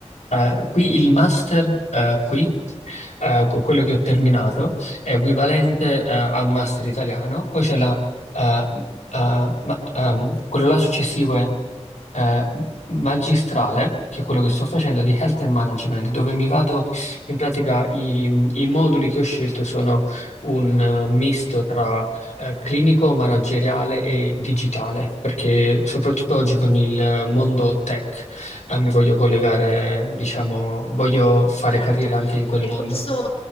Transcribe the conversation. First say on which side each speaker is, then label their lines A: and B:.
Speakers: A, on the left; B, on the left.
A: eh, qui il master, eh, qui, eh, co- quello che ho terminato, è equivalente, eh, a un master italiano. Poi c'è la, eh, eh, ma- ehm, quello là successivo è eh, magistrale, che è quello che sto facendo, di Health and Management, dove mi vado in pratica i, i moduli che ho scelto sono un eh, misto tra eh, clinico, manageriale e digitale, perché soprattutto oggi con il mondo tech, eh, mi voglio collegare, diciamo, voglio fare
B: Certo,
A: carriera anche in quel
B: e
A: mondo.
B: questo,